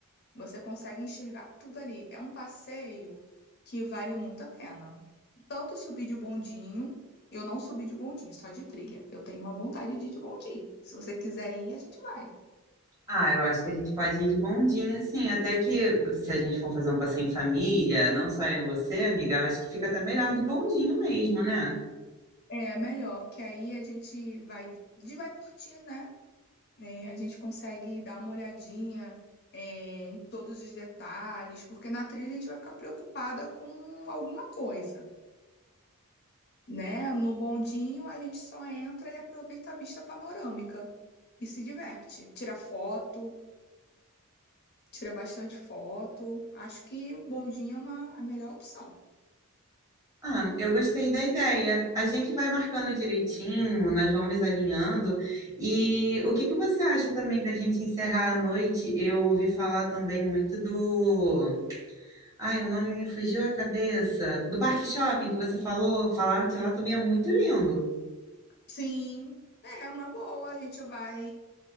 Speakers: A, on the left; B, on the right.
A: Você consegue enxergar tudo ali. É um passeio que vale muito a pena. Tanto subir de bondinho, eu não subi de bondinho, só de trilha. Eu tenho uma vontade de ir de bondinho. Se você quiser ir, a gente vai.
B: Ah, eu acho que a gente pode ir de bondinho, assim, até que se a gente for fazer um passeio em família, não só eu e você, amiga, eu acho que fica até melhor de bondinho mesmo, né?
A: É, é melhor, porque aí a gente vai, a gente vai curtir, né? né? A gente consegue dar uma olhadinha, é, em todos os detalhes, porque na trilha a gente vai ficar preocupada com alguma coisa, né? No bondinho a gente só entra e aproveita a vista panorâmica e se diverte, tira foto, tira bastante foto. Acho que o bondinho é uma, a melhor opção.
B: Ah, eu gostei da ideia. A gente vai marcando direitinho, nós vamos alinhando. E o que que você acha também da gente encerrar a noite? Eu ouvi falar também muito do. Ai, o nome me fugiu a cabeça. Do Parque Shopping que você falou. Falaram que lá também é muito lindo.
A: Sim, é uma boa. A gente vai